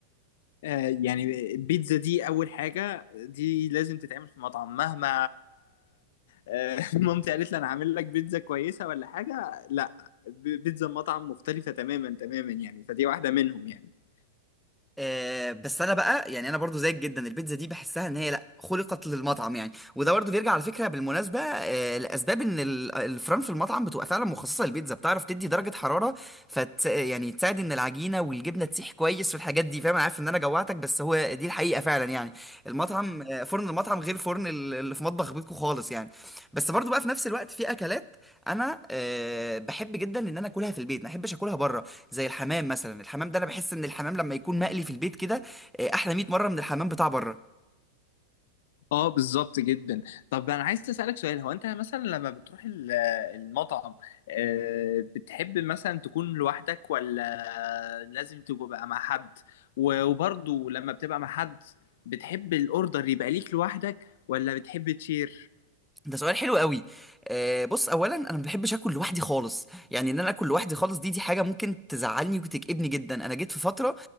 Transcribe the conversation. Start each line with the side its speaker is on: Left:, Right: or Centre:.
Left: آه، يعني البيتزا دي اول حاجه دي لازم تتعمل في مطعم مهما آه، <laughs> مامتي قالت لي انا عامل لك بيتزا كويسه ولا حاجه لا ب- بيتزا مطعم مختلفه تماما تماما يعني فدي واحده منهم يعني <laughs>
Centre: آه، بس انا بقى يعني انا برضو زيك جدا البيتزا دي بحسها ان هي لا خلقت للمطعم يعني وده برضو بيرجع على فكره بالمناسبه آه، لاسباب ان ال- الفرن في المطعم بتبقى فعلا مخصصه للبيتزا بتعرف تدي درجه حراره فت يعني تساعد ان العجينه والجبنه تسيح كويس والحاجات دي فاهم أنا عارف ان انا جوعتك بس هو دي الحقيقه فعلا يعني المطعم آه، فرن المطعم غير فرن ال- اللي في مطبخ بيتكو خالص يعني بس برضو بقى في نفس الوقت في اكلات انا آه، بحب جدا ان انا اكلها في البيت ما احبش اكلها بره زي الحمام مثلا الحمام ده انا بحس ان الحمام لما يكون مقلي في البيت كده آه، احلى 100 مره من الحمام بتاع بره
Left: اه بالظبط جدا طب انا عايز اسالك سؤال هو انت مثلا لما بتروح ال- المطعم آه، بتحب مثلا تكون لوحدك ولا لازم تبقى مع حد و- وبرضه لما بتبقى مع حد بتحب الاوردر يبقى ليك لوحدك ولا بتحب تشير
Centre: ده سؤال حلو قوي آه بص اولا انا ما بحبش اكل لوحدي خالص يعني ان انا اكل لوحدي خالص دي دي حاجه ممكن تزعلني وتكئبني جدا انا جيت في فتره